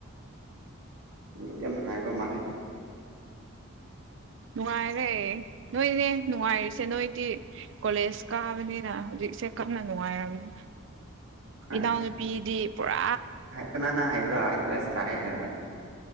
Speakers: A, on the right; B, on the right.
A: ꯎꯝ ꯌꯥꯝ ꯅꯨꯡꯉꯥꯏꯕ ꯃꯥꯜꯂꯦ
B: ꯅꯨꯡꯉꯥꯏꯔꯦ ꯅꯣꯏꯅꯦ ꯅꯨꯡꯉꯥꯏꯔꯤꯁꯦ ꯅꯣꯏꯗꯤ ꯀꯂꯦꯖ ꯀꯥꯃꯅꯤꯅ ꯍꯧꯖꯤꯛ ꯆꯦ ꯀꯟꯅ ꯅꯪꯉꯥꯏꯅ ꯔꯝꯅꯤ
A: ꯍꯣꯏ
B: ꯏꯅꯥꯎꯅꯨꯄꯤꯗꯤ ꯄꯨꯔꯥ
A: ꯀꯅꯥ ꯍꯥꯏꯕ꯭ꯔ ꯑꯩ ꯀꯣꯂꯦꯖ ꯀꯥꯏ ꯍꯥꯏꯔ